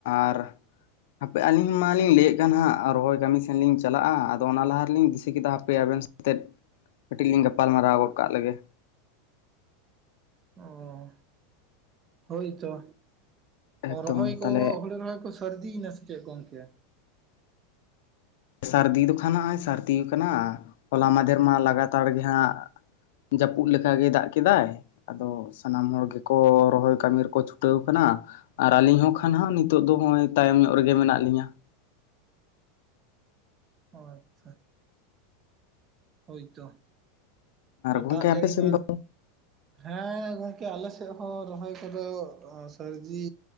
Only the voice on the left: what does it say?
ᱟᱨ ᱦᱟᱯᱮ ᱟᱹᱞᱤᱧ ᱢᱟᱞᱤᱧ ᱞᱟᱹᱭᱮᱫ ᱠᱟᱱ ᱦᱟᱸᱜ ᱨᱚᱦᱚᱭ ᱠᱟᱹᱢᱤ ᱥᱮᱱ ᱞᱤᱧ ᱪᱟᱞᱟᱜ-ᱟ ᱟᱫᱚ ᱚᱱᱟ ᱞᱟᱦᱟ ᱨᱮᱞᱤᱧ ᱫᱤᱥᱟᱹ ᱠᱮᱫᱟ ᱦᱟᱯᱮ ᱟᱵᱮᱱ ᱛᱮᱫ ᱠᱟᱹᱴᱤᱡ ᱞᱤᱧ ᱜᱟᱯᱟᱞ ᱢᱟᱨᱟᱨᱟᱣ ᱜᱚᱫ ᱠᱟᱜ ᱞᱮᱜᱮ᱾
ᱮᱠᱫᱚᱢ
ᱛᱟᱦᱚᱞᱮ
ᱥᱟᱹᱨᱫᱤ ᱫᱚ ᱠᱷᱟᱱ ᱦᱚᱜᱼᱚᱭ ᱥᱟᱹᱨᱫᱤ ᱟᱠᱟᱱᱟ ᱦᱚᱞᱟ ᱢᱟᱫᱷᱮᱨ ᱢᱟ ᱞᱟᱜᱟᱛᱟᱨ ᱜᱮ ᱦᱟᱸᱜ ᱡᱟᱹᱯᱩᱫ ᱞᱮᱠᱟᱜᱮ ᱫᱟᱜ ᱠᱮᱫᱟᱭ ᱾ ᱟᱫᱚ ᱥᱟᱱᱟᱢ ᱦᱚᱲ ᱜᱮᱠᱚ ᱨᱚᱦᱚᱭ ᱠᱟᱹᱢᱤ ᱨᱮᱠᱚ ᱪᱷᱩᱴᱟᱹᱣ ᱟᱠᱟᱱᱟ ᱾ ᱟᱨ ᱟᱹᱞᱤᱧ ᱦᱚᱸ ᱠᱷᱟᱱ ᱦᱟᱸᱜ ᱱᱤᱛᱚᱜ ᱫᱚ ᱱᱚᱜ-ᱚᱭ ᱛᱟᱭᱚᱢ ᱧᱚᱜ ᱨᱮᱜᱮ ᱢᱮᱱᱟᱜ ᱞᱤᱧᱟ ᱾
ᱜᱚᱝᱠᱮ
ᱟᱯᱮ
ᱥᱮᱱ
ᱫᱚ